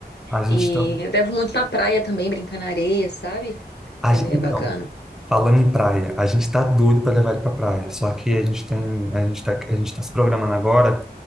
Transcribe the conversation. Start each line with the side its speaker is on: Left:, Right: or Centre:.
Centre: A gente
Left: E
Centre: tá,
Left: eu levo muito na praia também, brincar na areia, sabe?
Centre: a
Left: Ela
Centre: gente,
Left: é
Centre: então,
Left: bacana.
Centre: Falando em praia, a gente tá doido para levar ele para praia. Só que a gente tem, a gente tá, a gente tá se programando agora